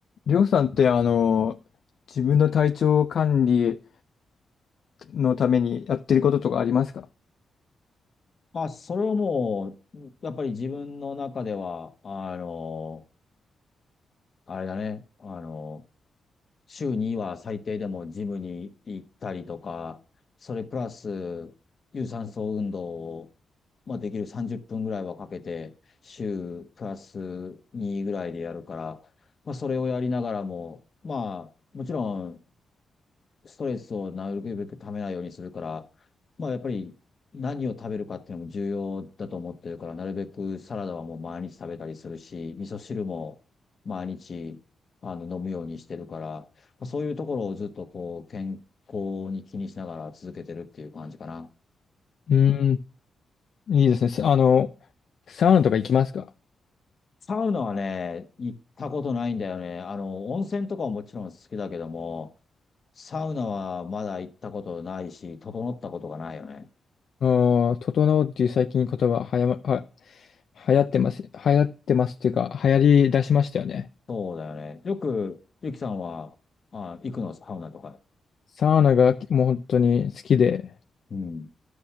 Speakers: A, on the left; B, on the left.
A: りょうさんってあの、自分の体調管理のためにやってることとかありますか
B: あ、それはもう、やっぱり自分の中では、あの、あれだね、あの、週には最低でもジムに行ったりとか、それプラス、有酸素運動を、まあ、できる30分ぐらいはかけて、週プラス2ぐらいでやるから、まあ、それをやりながらも、まあ、もちろん、ストレスをなるべくためないようにするから、まあやっぱり何を食べるかっていうのも重要だと思ってるから、なるべくサラダはもう毎日食べたりするし、味噌汁も毎日あの飲むようにしてるから、まあそういうところをずっとこう健康に気にしながら続けてるっていう感じかな。
A: うーん、いいですね。せあの、サウナとか行きますか
B: サウナはね、行ったことないんだよね。あの、温泉とかはもちろん好きだけども、サウナはまだ行ったことないし、整ったことがないよね。
A: うーん、整うっていう最近言葉はやま、は、流行ってます。流行ってますっていうか、流行り出しましたよね。
B: そうだよね。よく、ゆきさんは、あ、行くの、サウナとか。
A: サウナがもう本当に好きで、
B: うん。